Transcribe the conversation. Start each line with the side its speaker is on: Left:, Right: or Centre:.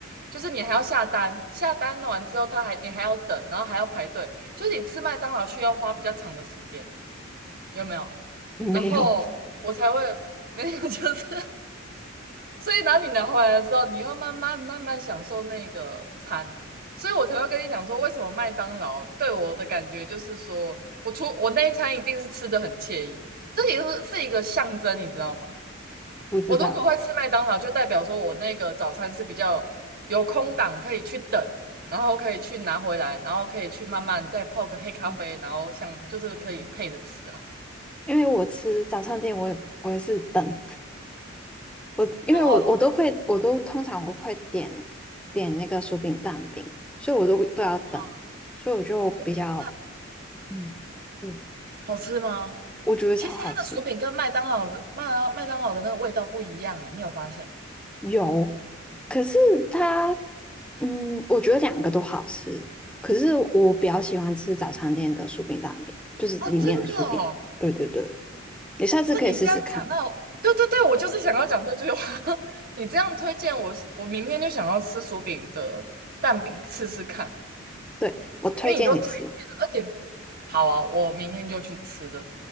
Right: 就是你还要下单，下单完之后他还你还要等，然后还要排队，就是你吃麦当劳需要花比较长的时间，有没有？
Centre: 没有，
Right: 然后我才会没有，就是。所以，然后你拿回来的时候，你又慢慢慢慢享受那个餐，所以我才会跟你讲说，为什么麦当劳对我的感觉就是说，我出我那一餐一定是吃的很惬意，这也是是一个象征，你知道吗？
Centre: <laughs> 不知道，
Right: 我如果会吃麦当劳，就代表说我那个早餐是比较有空档可以去等，然后可以去拿回来，然后可以去慢慢再泡个黑咖啡，
Centre: 嗯，
Right: 然后像就是可以配着吃啊。
Centre: 因为我吃早餐店我也我也是等。我因为我我都会，
Right: 哦，
Centre: 我都通常我会点点那个薯饼蛋饼，所以我都都要等，
Right: 嗯，
Centre: 所以我就比较
Right: 薄饼
Centre: 嗯，对，
Right: 好吃吗？
Centre: 我觉得超好吃，
Right: 其实它的薯饼跟麦当劳的麦麦当劳的那个味道不一样诶，你有发现吗？
Centre: 有，可是它嗯，我觉得两个都好吃，可是我比较喜欢吃早餐店的薯饼蛋饼，就是里面的薯饼，
Right: 哦，真的哦！
Centre: 对对对，你下次可以试试看，
Right: 哇，你这样讲到，对对对，我就是想要讲这句话。<laughs> 你这样推荐我是，我明天就想要吃薯饼的蛋饼试试看，
Centre: 对，我推荐你吃，
Right: 因为你都推荐了，而且好啊，我明天就去吃了。